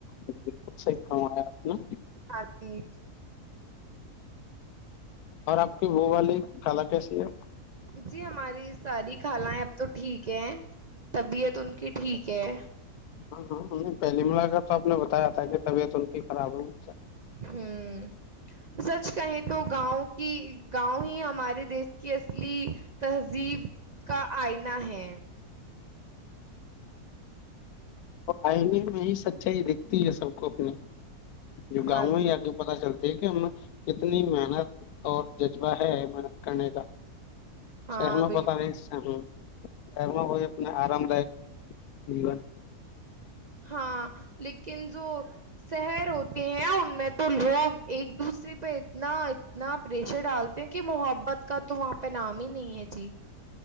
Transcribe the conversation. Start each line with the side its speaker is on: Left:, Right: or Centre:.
Left: ج بالکل صحیح فرمایا آپ نے
Right: ہاںک <unintelligible>
Left: اور آپ کی وہ والی خالا کیسی ہے
Right: جی ہماری ساری خالائیں اب تو ٹھیک ہے طبیعت ان کی ٹھیک ہے
Left: ہاں ہاں ہو پہلی ملاکت کر تو آپ نے بتایا تھا کہ طبیعت ان کی خراب ہوگی
Right: ہوں سچ کہیں تو گاؤں کی گاؤں ہی ہمارے دیش کی اصلی تہذیب کا آئین ہے
Left: آئ نہیں میں سچائی دیک ہے سب کو اپنے <unintelligible> جو
Right: ہاں
Left: گاؤں
Right: جی،
Left: ہی آگ پتہ چلتا دیکھے ہم کتنی محنت اور جذبہ ہے محنت کرنے کا
Right: ہاں،
Left: سحن
Right: بالکل۔
Left: پتا بھی س ہم شر ہو اپنے آرام لائک جین
Right: ہاں لیکن جو شہر ہوتے ہیں ان میں تو لوگ ایک دوسرے پہ اتنا اتنا پریشر ڈالتے ہیں کہ محبت کا تو وہاں پہ نام ہی نہیں ہے جی